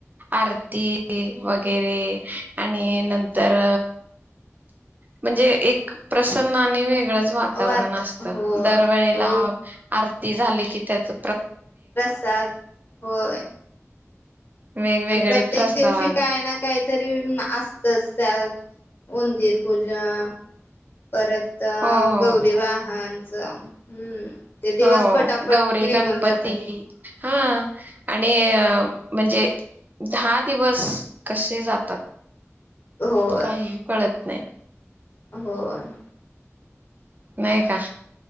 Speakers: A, on the right (about 35°); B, on the left (about 45°).
A: आरती वगैरे आणि नंतर म्हणजे एक प्रसन्न आणि वे वेगळचं वातावरण
B: वात
A: असतं.
B: हो
A: दरवेळेला
B: हो
A: आर ते झाले की त्याचं
B: प्रसाद, होय.
A: वेगवेगळे
B: प्रत्येक
A: प्रसाद
B: दिवशी काही ना काहीतरी असतच त्या उंदीर पूजा परत
A: हो हो
B: गौरी वाहन च हम्म. ते दिवस
A: हो
B: पटापट
A: गौरी,
B: निघून
A: गणपती
B: जातात.
A: हा. आणि म्हणजे दहा दिवस कसे जातात.
B: होय
A: काही कळत नाही
B: होय
A: नाहीय का